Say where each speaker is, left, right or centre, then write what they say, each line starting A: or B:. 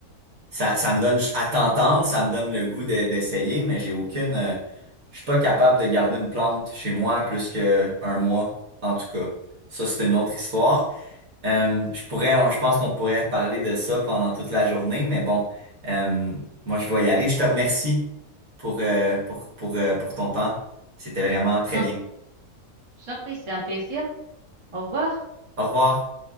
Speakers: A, on the right (about 60°); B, on the right (about 25°).
A: ça ça me donne à t'entendre, ça me donne le goût de- d'essayer, mais j'ai aucune euh, je suis pas capable de garder une plante chez moi plus que un mois en tout cas. Ça c'est une autre histoire. Euh, je pourrais, on- je pense qu'on pourrait parler de ça pendant toute la journée, mais bon, euh, moi je dois y aller. Je te remercie pour, euh, pour, pour, euh, pour ton temps. C'était vraiment
B: Je
A: très
B: t'en
A: bien.
B: je t'en prie, c'est un plaisir. Au revoir.
A: Au revoir.